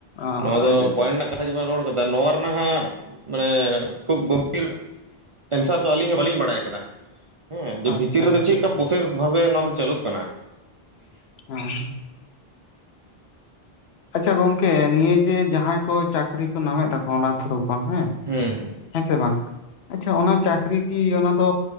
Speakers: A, on the left; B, on the right.
A: ᱚ,
B: ᱱᱚᱣᱟ ᱫᱚ
A: ᱟᱨ
B: ᱯᱚᱭᱮᱱᱴ ᱨᱮᱱᱟᱜ ᱠᱟᱛᱷᱟ ᱜᱮᱵᱚᱱ ᱨᱚᱲ ᱠᱟᱫᱟ ᱱᱚᱣᱟ ᱨᱮᱱᱟᱜ ᱦᱟᱸᱜ ᱢᱟᱱᱮ ᱠᱷᱩᱵ ᱜᱚᱵᱷᱟᱹᱜᱤᱨ ᱮᱱᱥᱟᱨ ᱫᱚ ᱟᱹᱞᱤᱧ ᱦᱚᱸ ᱵᱟᱹᱞᱤᱧ ᱵᱟᱲᱟᱭ ᱠᱟᱫᱟ᱾ ᱦᱮᱸ ᱡᱮ
A: ᱟᱪᱪᱷᱟ
B: ᱵᱷᱤᱛᱤᱨ ᱨᱮᱫᱚ
A: ᱟᱪᱪᱷᱟ
B: ᱪᱮᱫ
A: ᱟᱪᱪᱷᱟ
B: ᱠᱟ ᱯᱨᱚᱥᱮᱥ ᱵᱷᱟᱵᱮ ᱱᱚᱣᱟ ᱫᱚ ᱪᱟᱹᱞᱩᱜ ᱠᱟᱱᱟ᱾
A: <inaudible> ᱟᱪᱷᱟ ᱜᱚᱝᱠᱮ ᱱᱤᱭᱟᱹ ᱡᱮ ᱡᱟᱦᱟᱸᱭ ᱠᱚ ᱪᱟᱹᱠᱨᱤ ᱠᱚ ᱧᱟᱢᱮᱫ ᱟᱠᱚ ᱚᱱᱟ ᱛᱷᱚᱨᱩ ᱠᱷᱚᱱ ᱦᱮᱸ
B: ᱦᱩᱸ ᱦᱩᱸ᱾
A: ᱦᱮᱸ ᱥᱮ ᱵᱟᱝ? ᱟᱪᱪᱷᱟ ᱚᱱᱟ ᱪᱟᱹᱠᱨᱤ ᱠᱤ ᱚᱱᱟ ᱫᱚ